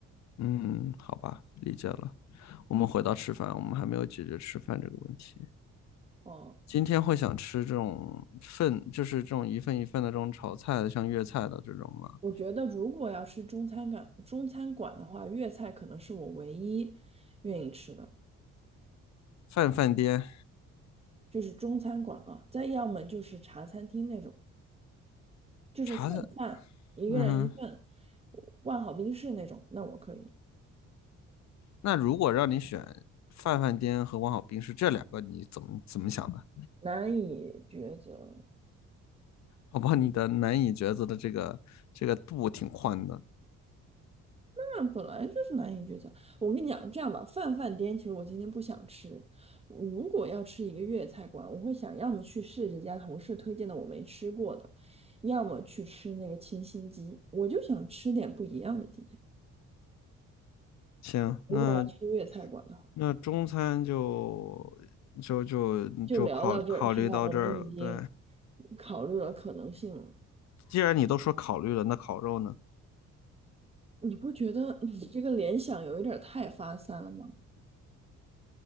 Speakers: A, on the left; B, on the right.
A: 嗯，好吧，理解了。我们回到吃饭，我们还没有解决吃饭这个问题。
B: 哦。
A: 今天会想吃这种份，就是这种一份一份的这种炒菜的，像粤菜的这种吗？
B: 我觉得如果要吃中餐馆中餐馆的话，粤菜可能是我唯一愿意吃的，
A: 饭饭颠
B: 就是中餐馆啊。再要么就是茶餐厅那种，就是份饭，
A: 茶的，
B: 一个人一份，
A: 嗯哼。
B: 万好冰室那种，那我可以，
A: 那如果让你选饭饭颠和王小兵是这两个，你怎么怎么想的？
B: 难以抉择。
A: 宝宝，你的难以抉择的这个这个度挺宽的。
B: 饭本来就是难以抉择。我跟你讲，这样吧，饭饭店其实我今天不想吃。我如果要吃一个粤菜馆，我会想要么去试这家同事推荐的我没吃过的，要么去吃那个清新鸡。我就想吃点不一样的。今天
A: 行，
B: 如果要吃粤菜馆的话，
A: 那那中餐就就就就考考虑到这儿了。
B: 就聊到这儿，是吧？我们已经
A: 对，
B: 考虑了可能性了。
A: 既然你都说考虑了，那烤肉呢？
B: 你不觉得你这个联想有一点儿太发散了吗？